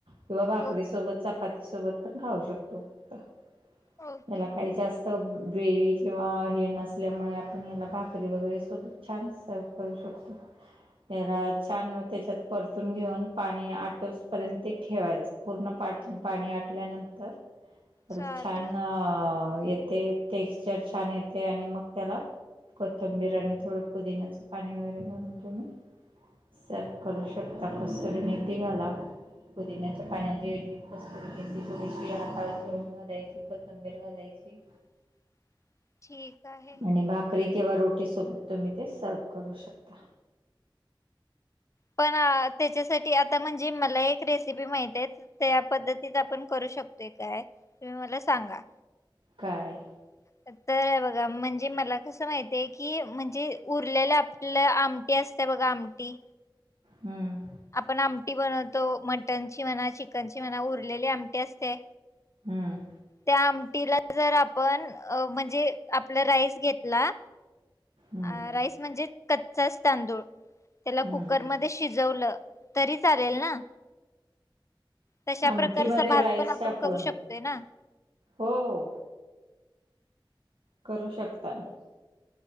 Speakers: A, on the right (about 80°); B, on the left (about 35°).
A: किंवा भाकरी
B: ओ
A: सोबत, चपाती सोबत. पण खाऊ शकतो फक्त
B: ओके.
A: याला काही जास्त सग ग्रेवी किंवा हे नसल्यामुळे आपण याला भाकरी वगैरे सोबत छान स शकतो त्याला छान त्याच्यात परतून. घेऊन पाणी आठोसपर्यंत ते ठेवायचं. पूर्ण पाट पाणी आटल्यानंतर त्याला
B: चालेल
A: छान अ येते. टेक्स्चर छान येते आणि मग त्याला. कोथंबीर आणि थोडं पुदिनाचं पाणी वगैरे घलून तुम्ही. सर्व्ह करू शकता कसुरी मेथी घाला पुदिन्याच्या पाण्याच्या ऐवजी. कसुरी मेथी थोडीशी हातावर चोळून घालायची, कोथिंबीर घालायची.
B: <inaudible> आहे.
A: आणि भाकरी किंवा रोटी सोबत तुम्ही ते सर्व्ह करू शकता.
B: पण त्याच्यासाठी आता म्हणजे मला एक रेसिपी माहिती आहे त्या पद्धतीत आपण करू शकतोय काय? तुम्ही मला सांगा.
A: काय?
B: <inaudible> तर बघा म्हणजे मला कसं माहितय की म्हणजे उरलेल्या आपल्या आम आमची असत्या बघा आमटी.
A: हम्म.
B: आपण आमटी बनवतो मटनची म्हणा चिकनची म्हणा उरलेली आमटी असते
A: हम्म.
B: त्या आमटीला जर आपण म्हणजे आपला राईस घेतला
A: हम्म
B: अ राईस म्हणजे कच्चाच तांदूळ त्याला
A: हम्म
B: कुकरमध्ये शिजवलं तरी चालेल ना. तशा
A: आमटीमध्ये
B: प्रकारचा भात
A: राईस
B: पण आपण
A: टाकून
B: करू शकतोय ना.
A: हो हो. करू शकता ना.